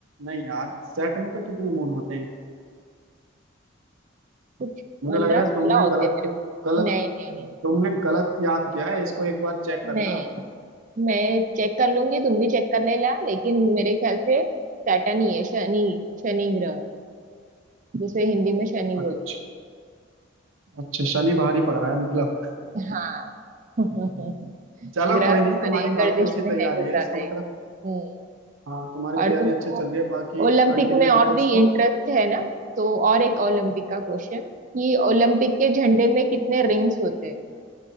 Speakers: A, on the right; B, on the right.
A: नहीं यार सैटर्न पे कितने मून होते हैं
B: कुछ
A: मुझे
B: पंद्रह
A: लग रहा
B: सोलह
A: है तुमने
B: होते
A: गलत
B: हैं मेरे को
A: गलत
B: नहीं नहीं नहीं
A: तुमने गलत याद किया है इसको एक बार चेक करना
B: नहीं मैं चेक कर लूंगी तुम भी चेक कर लेना लेकिन मेरे ख्याल से सैटर्न ही है शनि शनि ग्रह जिसे हिंदी में शनि
A: अच्छा
B: बोलते
A: अच्छा शनि भारी पड़ रहा है मतलब
B: हैं हाँ <laughs>
A: <laughs> चलो
B: ग्रह
A: कोई
B: तुम्हारे
A: नहीं तुम्हारी काफी
B: गर्दिश
A: अच्छी
B: में
A: तैयारी
B: है कुछ
A: है
B: ज्यादा
A: इसका
B: ही
A: मतलब
B: हम्म
A: हाँ तुम्हारी
B: और
A: तैयारी
B: तुमको
A: अच्छी चल रही है बाकी
B: ओलंपिक
A: कंटिन्यू
B: में और
A: रखो
B: भी
A: इसको
B: इंटरेस्ट है ना तो और एक ओलंपिक का क्वेश्चन कि ओलंपिक के झंडे में कितने रिंग्स होते हैं